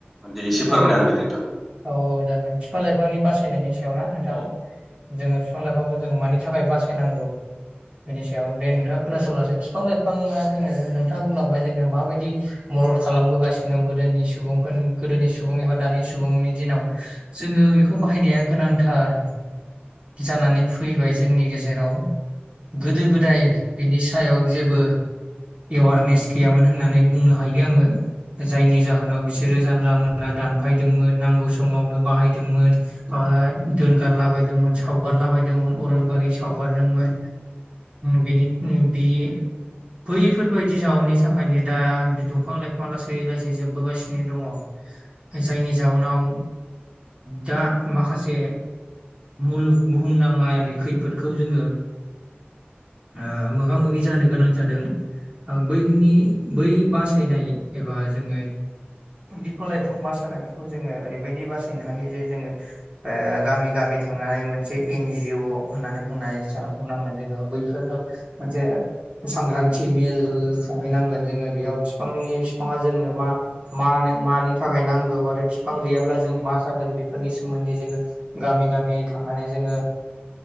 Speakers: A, in the centre; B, on the right.
A: दे एसे
B: हागोन
A: फोरमायना होदो
B: आनो
A: दे नोंथां।
B: औ औ जागोन बिफां लाइफांनि बासायनायनि सायावना नोंथां जोङो बिफां- लाइफांखौ जों मानि थाखाय बासायनांगौ बेनि सायाव दे नोंथाङा खोनासंलादो। फिफां लाइफाङा जोंनो नोंथां बुंलांबाय जोंनो माबायदि मदद खालामबोगासिनो दं गोदोनि सुबुंफोरनि गोदोनि सुबुं एबा दानि सुबुंनि दिनाव जोङो बेखौ बाहायनाया गोनांथार जानानै फैबाय जोंनि गेजेराव गोदो गोदाय बिनि सायाव जेबो एवारनेस गैयामोन होननानै बुंनो हायो आङो जायनि जाहोनाव बिसोरो जानला मानला दानफायदोंमोन नांगौ समावनो बाहायदोंमोन ओ दोनगारलाबायदोंमोन सावगारला बदोंमोन अरनबारि सावगारदोंमोन बेनि बि बैफोरबायदि जाउनि थाखायनो दा बिद दफां लाइफांआ लासै लासै जोब्बो गासिनो दङ जायनि जाउनाव दा माखासे मुलुग बुुहुमनाङारि खैफोदखौ जोङो ओ मोगा मोगि जानो गोनां जादों ओ बै जोंनि बै बा साइ फैनाय एबा जोङो बिफां लाइफां बासानाय बेखौ जोङो ओरैबायदि बासायनो हायो जे जोङो ओ गामि गामि थांनानै मोनसे एन जि अ होननानै बुंनाय <unintelligible> जोङो बैफोराव मोनसे सांग्रांथि मेल खुंहैनांगोन जोङो बेयाव फिफा फिफाङा जोंनो मा मानो मानि थाखाय नांगौ आरो फिफां गैयाब्ला जों मा जागोन बेफोरनि सोमोन्दै जोङो गामि गामि थांनानै जोङो